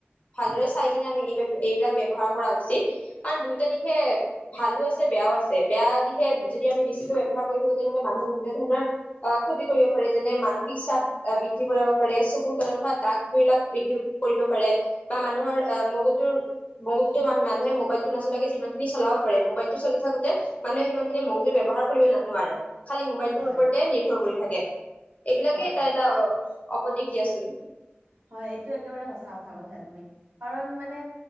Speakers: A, on the left; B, on the right.
A: ভালদৰে চাই কিনে আমি এই এইবিলাক ব্যৱহাৰ কৰা উচিত কাৰণ দুয়োটা দিশে ভালো আছে, বেয়াও আছে। আছে বেয়া দিশে যদি আমি বেছিকৈ ব্যৱহাৰ কৰি থাকো তেনেহলে মানুহৰ বিভিন্ন ধৰণৰ অ' ক্ষতি কৰিব পাৰে, যেনে মানসিক চাপ বৃদ্ধি কৰাব পাৰে, চকুৰ তলত হোৱা দাগ বিলাক বৃদ্ধি কৰিব পাৰে বা মানুহৰ আহ, মগজুৰ মগজুটো মানুহে মোবাইলটো নচলোৱাকে যিমান খিনি চলাব পাৰে মোবাইল টো চলি থাকো, তে মানুহে সিমান খিনি মগজুৰ ব্যৱহাৰ কৰিব নোৱাৰে। খালি মোবাইলটোৰ
B: হয়।
A: ওপৰতে নিৰ্ভৰ কৰি থাকে। এইবিলাকে
B: হয়,
A: এটা- এটা অ', অপদেশ দিয়াচোন।
B: হয়, এইটো একেবাৰে সঁচা কথা কৈছা তুমি কাৰণ মানে